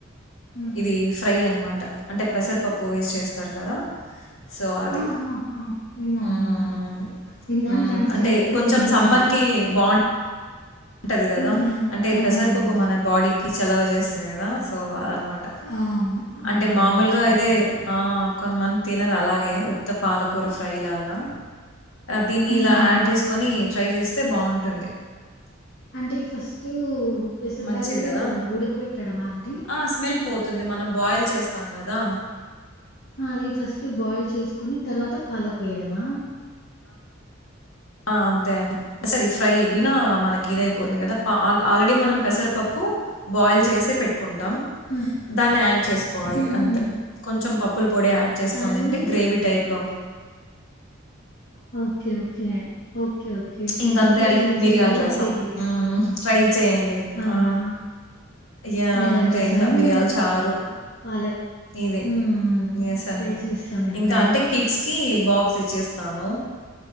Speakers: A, on the left; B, on the left.
A: ఉమ్
B: ఇది ఫ్రై అన్మాట అంటే పెసరపప్పు వేసి చేస్తారు కదా సో అది
A: ఆ ఆ ఆ విన్నాను
B: ఉమ్
A: విన్నాను విన్నాను
B: ఉమ్
A: కానీ
B: అంటే
A: కానీ ఎప్పుడు
B: కొంచెం
A: చేయలేదు
B: సమ్మర్ కి బాంట్ ఉంటది కదా
A: ఉమ్ ఉమ్
B: అంటే
A: అవును
B: పెసరపప్పు
A: అవును
B: మన బాడీకి చలవ చేస్తుంది కదా సో అనమాట
A: అవును అవునవును
B: అంటే మామూలుగా అయితే
A: అండి
B: ఆ కొంతమంది తినరు అలాగే ఉత్త పాలకూర ఫ్రై లాగా దీన్ని
A: ఉమ్
B: ఇలా
A: ఉమ్
B: యాడ్ చేసుకొని ట్రై చేస్తే బాగుంటుంది
A: అంటే ఫస్ట్ పెసర
B: మంచిది
A: బేలలు
B: గదా!
A: ఉడికి పెట్టాడమా అండి
B: ఆ! స్మెల్ పోతుంది మనం బాయిల్ చేస్తాం కదా
A: ఆ అది ఫస్ట్ బాయిల్ చేసుకొని తర్వాత పాలక్ వేయడమా
B: ఆ అంతే అండి ఫస్ట్ ఫ్రై బిన మనకి కీదాయిపోతుంది కదా పాల్ ఆల్రెడీ మనం పెసరపప్పు బాయిల్ చేసే పెట్టుకుంటాం
A: హ్మ్.
B: దాన్ని యాడ్ చేసుకోవాలి
A: హ్మ్.
B: అంతే
A: హ్మ్.
B: కొంచెం పప్పు పొడి యాడ్ చేసుకొని
A: దాన్ని
B: తింటే గ్రేవీ టైప్లో
A: ఓకే ఓకే ఓకే. ఓకే. నేనెప్పుడు
B: ఇంక అంతే
A: ట్రై చేయలేదు.
B: మిరియాల రసం
A: ట్రై చేస్తాను.
B: ఉమ్ ట్రై చేయండి
A: అవునా?
B: ఆ యా
A: మిరియాల
B: అంతే
A: రసము,
B: ఇంకా మిరియాల చారు
A: పాలక్
B: ఇది
A: హ్మ్. హ్మ్.
B: ఎస్ అండి
A: ట్రై చేస్తాం ఎప్పుడైనా.
B: ఇంకా అంటే కిట్స్ కి బాక్స్ ఇచ్చేస్తాను